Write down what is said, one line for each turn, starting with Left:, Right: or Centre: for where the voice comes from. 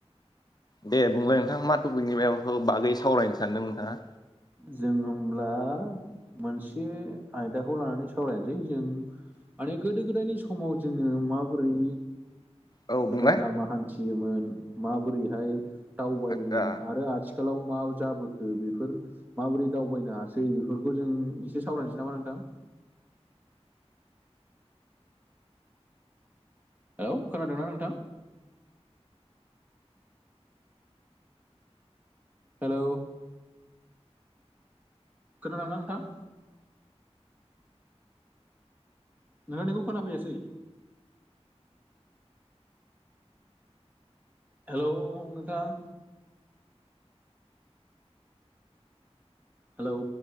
Left: दे बुंलाय नोंथाङा मा टपिकनि बायाव बागै सावरायनो सानदों नोंथाङा?
Right: जों होमब्ला मोनसे आयदाखौ लानानै सावरायनोसै जों माने गोदो गोदायनि समाव जोङो माबोरै
Left: औ
Right: गोजान
Left: बुंलाय
Right: लामा हान्थियोमोन माबोरैहाय दावबायोमोन
Left: आदसा
Right: आरो आथि खालाव मा जाबोखो बेफोर माबोरै दावबायनो हासै बेफोरखौ जों एसे सावरायनोसै नामा नोंथां? औ खोनादों ना नोंथां? हेलौ। खोनादों ना नोंथां? नोंथांनिखौ खोना फैयासै। हेलौ नोंथां। हेलौ।